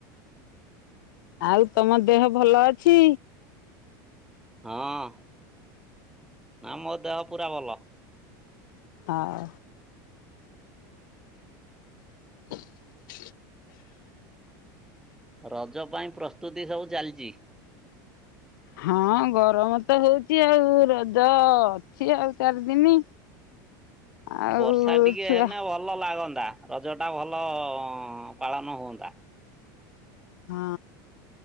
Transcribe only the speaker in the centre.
ହଁ ନା ମୋ ଦେହ ପୁରା ଭଲ।
ରଜ ପାଇଁ ପ୍ରସ୍ତୁତି ସବୁ ଚାଲିଚି।
ବର୍ଷା ଟିକେ
ହେନେ ଭ ଲ ଲାଗନ୍ତା ରଜଟା ଭଲ ପାଳନ ହୁଅନ୍ତା।